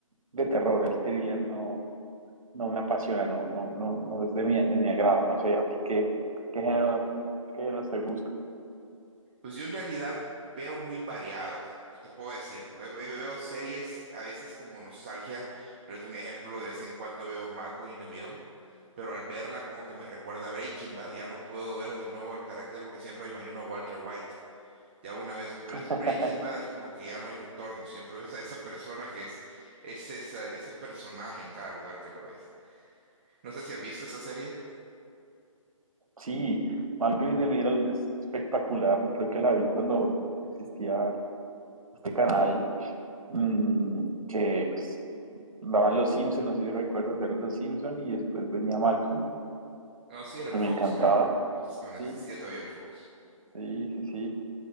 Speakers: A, on the right (about 80°); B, on the right (about 20°).
A: de terror, el thriller no, no me apasiona, no, no, no, no es de mi, de mi agrado. No sé, a ti qué, qué género, qué géneros te gusta.
B: Pues yo en realidad veo muy variado, ¿qué te puedo decir? Pues ve- veo series a veces como nostalgia, pero es un ejemplo, de vez en cuando veo Malcolm in the Middle, pero al verla como que me recuerda a Breaking Bad, ya no puedo ver de nuevo el carácter porque siempre me imagino a Walter White. Ya una vez ves
A: <laughs>
B: Breaking Bad es como que ya no hay retorno, siempre ves a esa persona que es, es esa- ese personaje en cada lugar que lo ves. No sé si has visto esa serie.
A: Sí, Malcolm in the Middle es espectacular. Creo que la vi cuando existía este canal mm, que pues daban Los Simpson, no sé si recuerdas, eran Los Simpson y después venía Malcolm,
B: No, sí, era el Fox,
A: me encantaba,
B: creo, antes cuando
A: sí,
B: existía todavía el Fox.
A: sí, sí, sí.